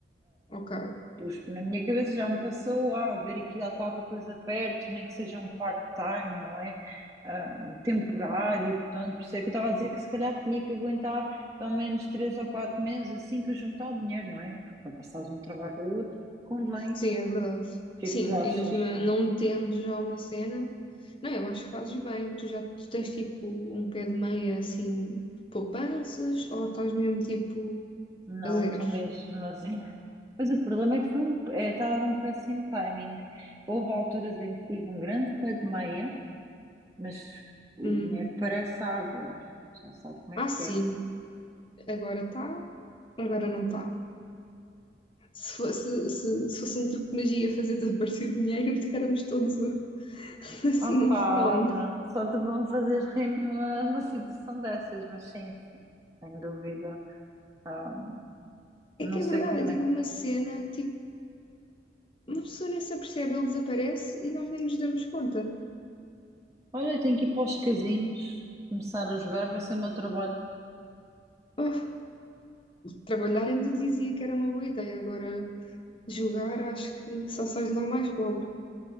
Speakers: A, on the left (about 30°); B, on the right (about 20°).
A: Ok,
B: Pus, na minha cabeça já me passou a ver aqui há qualquer coisa perto, nem que seja um part-time, não é? Ah, temporário, portanto, por isso é que eu estava a dizer que se calhar tinha que aguentar pelo menos três ou quatro meses assim para juntar o dinheiro, não é? Porque para passar de um trabalho para o outro, convém.
A: sim,
B: O
A: é verdade.
B: que
A: Sim,
B: é que tu achas,
A: ainda por cima, não
B: né?
A: tendo já uma cena. Não, eu acho que fazes bem. Tu já tu tens tipo um pé de meia assim, poupanças, ou estás mesmo tipo
B: Não,
A: a zeros?
B: tu mesmo, mas, <laughs> mas o problema é que foi um, é, estava num péssimo timing. Houve alturas em que tive um grande pé de meia, mas o
A: Hum.
B: dinheiro parece água, a gente já sabe como
A: Ah,
B: é
A: sim,
B: que é.
A: agora está, agora não está. Se fosse, se, se fosse um truque de magia fazer desaparecer dinheiro, <laughs> éramos todos um- assim
B: Ah,
A: um
B: pá,
A: fenómeno.
B: olha, só te vão fazer rir numa, numa situação dessas, mas sim, sim, sem dúvida. Ah, não
A: É que
B: sei
A: é verdade,
B: como
A: é tipo
B: é que.
A: uma cena tipo, Uma pessoa nem se apercebe, ele desaparece e nós nem nos damos conta.
B: Olha, eu tenho que ir para os casinos, começar a jogar, vai ser o meu trabalho.
A: Oh, trabalhar ainda dizia que era uma boa ideia, agora jogar acho que só sai de lá mais pobre.